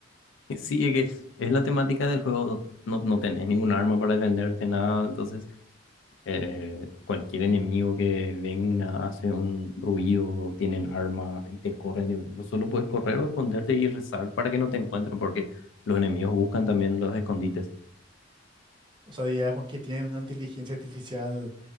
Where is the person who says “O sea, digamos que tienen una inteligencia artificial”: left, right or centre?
Right